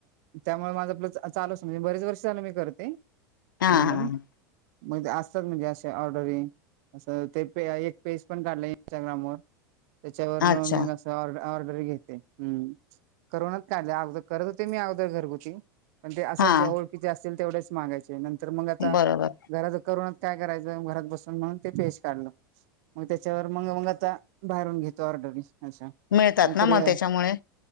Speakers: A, on the right; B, on the left.
A: त्यामूळं माझं आपलं चा चालूच. म्हणजे, बरीच वर्ष झालं मी करते.
B: हा
A: <unintelligible>
B: हा
A: मग ते असतात. म्हणजे अशा ऑर्डरी. असं ते पे एक पेज पण काढलं इंस्टाग्रामवर. त्याच्यावर <unintelligible> मग
B: अच्छा
A: असं ऑर्ड- ऑर्डरी घेते. हम्म. करोनात काढले. अगोदर करत होते, मी अगोदर घरगुती. पण ते असंच
B: हा
A: ओळखीचे असतील तेवढेच मागायचे. ते नंतर मग आता.
B: बरोबर
A: घराच करोनात काय करायचं, घरात बसून. म्हणून ते पेज काढलं. मग त्याच्यावर मंग - मंग आता, बाहेरून घेतो ऑर्डरी, अशा.
B: मिळतात
A: मग
B: ना
A: कुरिअर.
B: त्याच्यामुळे